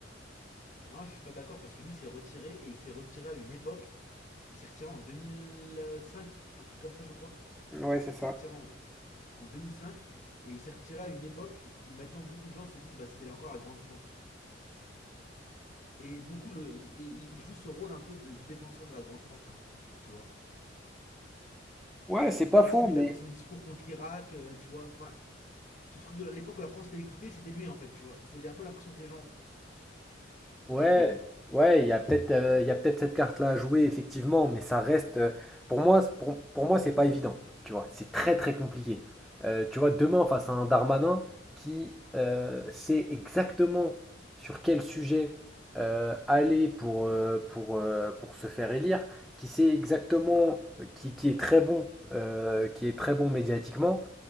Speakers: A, on the left; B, in the centre.
A: Non, je suis pas d'accord parce que lui s'est retiré et il s'est retiré à une époque Il s'est retiré en 2005, un truc comme ça, je crois.
B: Ouais, c'est
A: Il
B: ça.
A: s'est retiré en, en 2005 et il s'est retiré à une époque où maintenant beaucoup de gens se disent bah c'était encore la Grande France. Et beaucoup le, il- il, joue ce rôle un peu de défenseur de la Grande France un peu, tu vois.
B: Ouais, c'est pas
A: Parce
B: faux,
A: qu'il
B: mais
A: a fait son discours contre l'Irak, euh, tu vois. Enfin, ce truc de l'époque où la France l'a écouté, c'était lui en fait, tu vois. C'est un peu l'impression que les gens ont,
B: Ouais,
A: je pense.
B: ouais, il y a peut-être euh, il y a peut-être cette carte-là à jouer, effectivement, mais ça reste. euh, pour moi, c'est- pour, pour moi, c'est pas évident. Tu vois, c'est très très compliqué. Euh, tu vois, demain, face à un Darmanin qui euh, sait exactement sur quel sujet euh, aller pour, euh, pour, euh, pour se faire élire, qui sait exactement, euh, qui, qui est très bon, euh, qui est très bon médiatiquement,